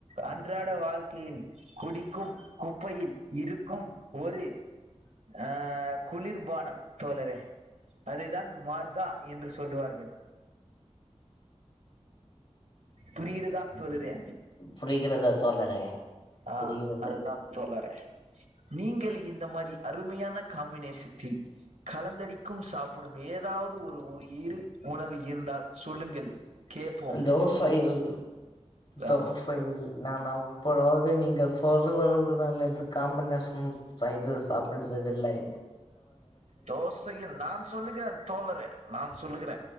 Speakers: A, on the right; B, on the left.
A: அன்றாட வாழ்க் கையில் குடிக்கும் குப்பையில் இருக்கும் ஒரு அ குளிர்பானம் தோழரே அதுதான் மார்ஜா என்று சொல்லுவார்கள் புரிகிறதா தோழரே
B: புரிகிறதா தோழரே
A: ஆ
B: புரிகிறது
A: அதுதான் தோழரே நீங்கள் இந் இந்த மாரி அருமையான காம்பினேஷத்தில் கலந்தடிக்கும் சாப்புடும் ஏதாவது ஒரு இரு உணவு இருந்தால் சொல்லுங்கள் கேட்போம்
B: தோசையில் தோசையில்
A: ஆ
B: நான் அப்புறோ நீங்கள் சொல்ற வரவு நான் எது காம்பினேஷன் இது சாப்புடுறதில்லை
A: தோசையில் நான் சொல்லுகிறன் தோழரே நான் சொல்லுகிற